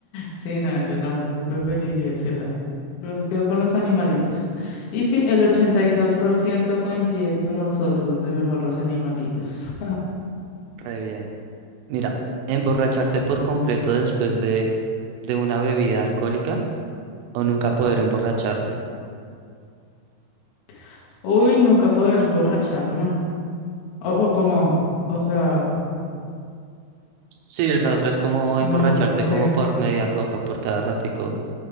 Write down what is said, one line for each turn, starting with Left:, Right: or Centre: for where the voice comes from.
Left: Sí, no, yo tampoco preferiría ese lado. Me quedo con los animalitos. Y sí, el 82% coincide con nosotros de mejor los animalitos.
Right: Re bien. Mira, emborracharte por completo después de, de una bebida alcohólica o nunca poder emborracharte.
Left: <laughs> Uy, nunca poder emborracharme. O, o como, o sea.
Right: Sí, la otra es como
Left: No,
Right: emborracharte
Left: no sé,
Right: como por media copa por cada ratico.